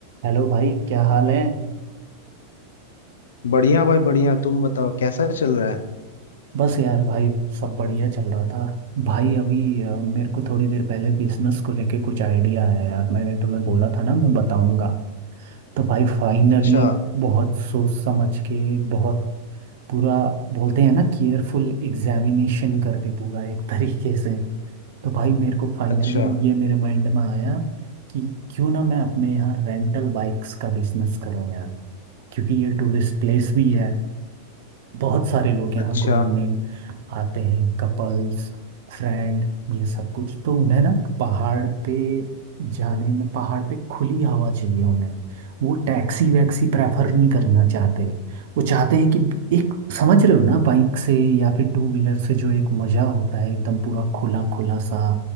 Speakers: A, on the right (about 55°); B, on the left (about 65°).
A: Hello भाई क्या हाल है
B: बढ़िया भाई बढ़िया तुम बताओ कैसा चल रहा है
A: बस यार भाई सब बढ़िया चल रहा था भाई अभी अ, मेरे को थोड़ी देर पहले बिजनेस को लेके कुछ आइडिया आया यार मैंने तुम्हें बोला था ना मैं बताऊंगा तो भाई फाइनली
B: अच्छा
A: बहुत सोच समझ के बहुत पूरा बोलते हैं ना केयरफुल एग्जामिनेशन करके पूरा एक <laughs> तरीके से तो भाई मेरे को फाइनली
B: अच्छा
A: ये मेरे माइंड में आया कि क्यों ना मैं अपने यहाँ रेंटल बाइक्स का बिजनेस करूँ यार क्योंकि ये टूरिस्ट प्लेस भी है बहुत सारे लोग यहाँ
B: अच्छा
A: घूमने आते हैं कपल्स फ्रेंड ये सब कुछ तो उन्हें ना पहाड़ पे जाने में पहाड़ पे खुली हवा चाहिए उन्हें वो टैक्सी वैक्सी प्रेफर नहीं करना चाहते वो चाहते हैं कि एक समझ रहे हो ना बाइक से या फिर टू व्हीलर से जो एक मज़ा होता है एकदम पूरा खुला खुला सा